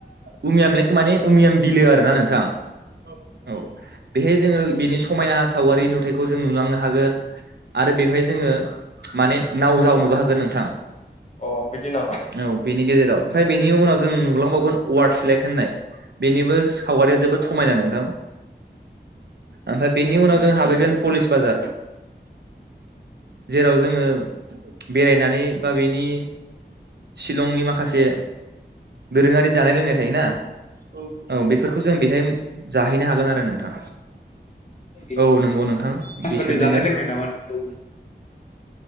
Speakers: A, on the right; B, on the left.
A: उमियाम लेक थु माने उमियम बिलो आरोना नोंथां। औ बेहाय जोङो बिनि समायना सावगारि नुथाइखौ जों नुलांनो हागोन आरो बेवहाय जोङो माने नाव जावनोबो हागोन नोंथां
B: अ बिदि नामा
A: औ बेनि गेजेराव ओमफ्राय बेनि उनाव जों नुलांबावगोन वार्डस लेक होननाय। बेनिबो सावगारिया जोबोद समायना नों दा आमफ्राय बेनि उनाव जों हाबहैगोन पलिस बाजार जेराव जोङो बेरायनानै बा बेनि सिलंनि माखासे दोरोङारि जानाय लोंनाय थायोना। औ बेफोरखौ जों बेहाय जाहैनो हागोन आरो नोंथां।
B: <unintelligible>
A: औ नंगौ नोंथां बिसोरनिनो
B: जानाय लोंनाय नामा नोंथां?